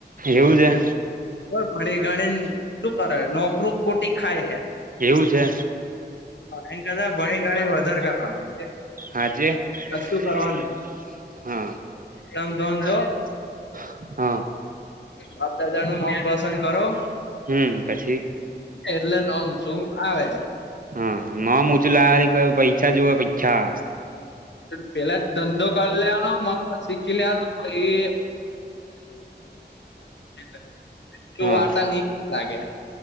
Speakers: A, on the right; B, on the left.
A: એવું છે
B: ભણી ગણીને શું કરે નોકરુ પ ખાય છે
A: એવું છે
B: એમ <unintelligible> ભણી ગણી વધારે કરવાનું
A: સાંજે <unintelligible>
B: કશું કરવાનું
A: હા <unintelligible>
B: ધમ ધોમ દો
A: હા
B: બાપ દાદા નું નામ રોશન કરો
A: હમ પછી
B: એટલે નામ શુ આવે
A: હા, નામ ઉચુ લાવા પૈસા જુવે પૈસા
B: પેહલા જ ધંધો કરી લેવાનો મસ્ત શીખી લેવાનુ પછી <unintelligible> તો
A: હા
B: વાર્તા ની લાગે,